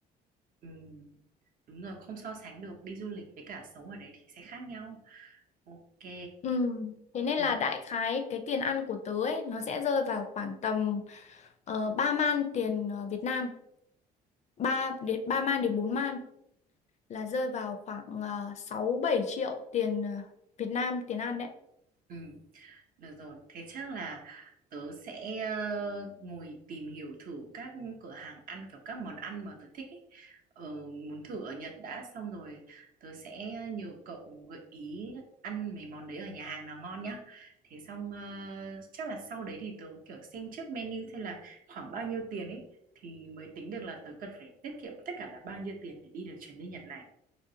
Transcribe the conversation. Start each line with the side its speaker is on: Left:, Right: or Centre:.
Right: ừ. đúng rồi không so sánh được đi du lịch với cả sống ở đấy thì sẽ khác nhau ok
Left: Ừ. Thế nên
Right: ừ,
Left: là đại khái cái tiền ăn của tớ ấy nó sẽ rơi vào khoảng tầm uh, 3 man tiền ờ, Việt Nam, 3 đến 3 man đến 4 man. là rơi vào khoảng uh, 6-7 triệu tiền ờ, Việt Nam, tiền Ăn đấy.
Right: ừ. Được rồi, thế chắc là tớ sẽ ờ, ngồi tìm hiểu thử các cửa hàng ăn kiểu các món ăn mà tớ thích ấy. Ờ, muốn thử ở Nhật đã xong rồi tớ sẽ nhờ cậu gợi ý ăn mấy món đấy ở nhà hàng nào ngon nhá. Thế xong ờ, chắc là sau đấy thì tớ kiểu xem trước menu xem là khoảng bao nhiêu tiền ấy thì mới tính được là tớ cần phải tiết kiệm tất cả là bao nhiêu tiền để đi được chuyến đi Nhật này.